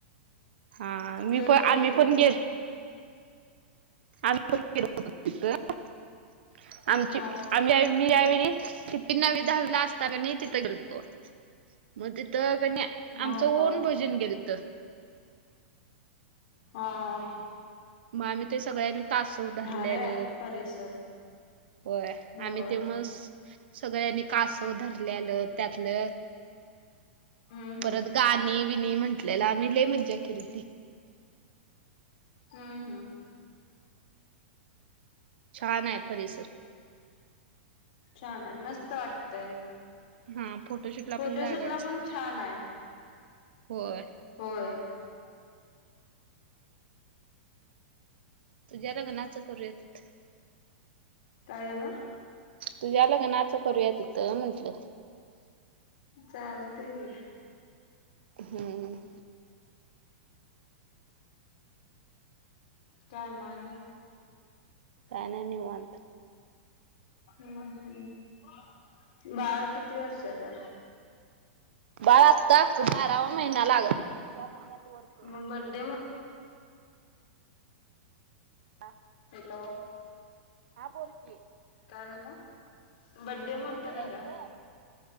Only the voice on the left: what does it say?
गेलत
की
हा
हा
हा
हा.
भारी आहे परिसर
होय
हम्म
हम्म
हम्म हम्म.
छान आहे मस्त वाटतय.
फोटोशूट
ला
पण छान आहे.
होय.
कायद्याल?
चालते ग.
काय म आणि?
हम्म हम्म बाळा किती वर्षाचा?
मग बड्डे.
हॅलो.
नकाय झालं? बडडे मोट
ना